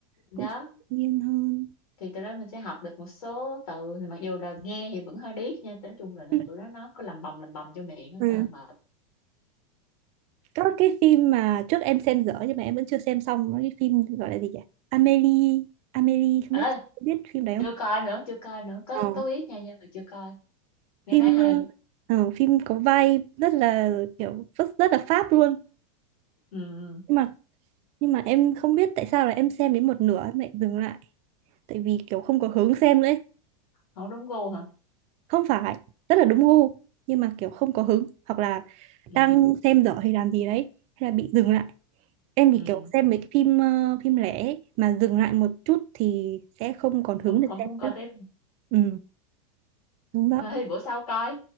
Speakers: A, on the left; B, on the right.
A: đó.
B: cũng sẽ tự nhiên hơn.
A: thì từ đó mình sẽ học được một số từ thì mặc dù là nghe thì vẫn hơi điếc nha nói chung là nó-
B: Ừ.
A: tụi nó nó có làm bầm làm bầm cho miệng á,
B: Ừ.
A: trời ơi, mệt
B: Các cái phim mà trước em xem dở nhưng mà em vẫn chưa xem xong, nó cái phim gọi là gì nhỉ? Amélie, Amélie không
A: Ê,
B: biết biết phim đấy không?
A: chưa coi nữa chưa coi nữa có
B: Ờ,
A: có biết nha nhưng mà chưa coi nghe
B: phim
A: nói hay
B: ờ, ờ, phim có vai rất là kiểu rất, rất là Pháp luôn.
A: ừ, ừ.
B: Nhưng mà nhưng mà em không biết tại sao là em xem đến một nửa em lại dừng lại, tại vì kiểu không có hứng xem nữa ấy.
A: không đúng gu hả
B: không phải rất là đúng gu nhưng mà kiểu không có hứng hoặc là
A: ừ,
B: đang xem dở hay làm gì đấy hay là bị dừng lại em
A: ừ.
B: thì kiểu xem mấy cái phim ờ, phim lẻ ấy, mà dừng lại một chút thì sẽ không còn hứng
A: không
B: để
A: không
B: xem
A: muốn coi
B: nữa
A: tiếp
B: ừ
A: <laughs>
B: đúng đó
A: Thôi thì bữa sau coi